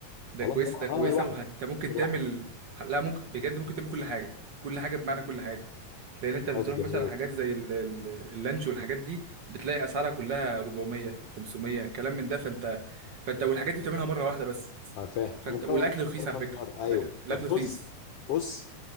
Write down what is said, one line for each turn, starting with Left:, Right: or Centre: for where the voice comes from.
Right: ده
Left: خلاص
Right: كويسه
Left: اه
Right: ده كويسه
Left: اه الواحد
Right: وانت ممكن
Left: الواحد
Right: تعمل لا ممكن بجد ممكن تعمل كل حاجه كل حاجه بمعنى كل حاجه لان
Left: خلاص
Right: انت بتروح
Left: جميل
Right: مثلا حاجات زي ال- ال- اللانش والحاجات دي بتلاقي اسعارها كلها 400 500 كلام من ده فانت فانت والحاجات دي بتعملها مره واحده بس
Left: اه فاهم
Right: فانت
Left: أنا مجرد
Right: والاكل رخيص
Left: مجرد
Right: على
Left: خلاص
Right: فكره
Left: مرة. ايوه
Right: ده الاكل
Left: طب
Right: رخيص
Left: بص بص